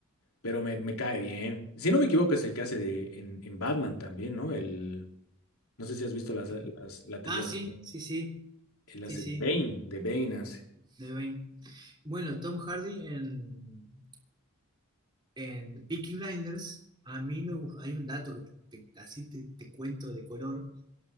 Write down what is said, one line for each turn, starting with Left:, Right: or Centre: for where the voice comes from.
Left: pero me, me cae bien. Si no me equivoco, es el que hace de, en, en Batman también, ¿no? El, no sé si has visto las,
Right: Eh,
Left: las- la trilogía,
Right: ah, sí, sí, sí,
Left: él
Right: sí,
Left: hace
Right: sí,
Left: de Bane, de Bane hace.
Right: de Bane. Bueno, Tom Hardy en, en Peaky Blinders, a mí me gu- hay un dato que te- te- así te, te cuento de color,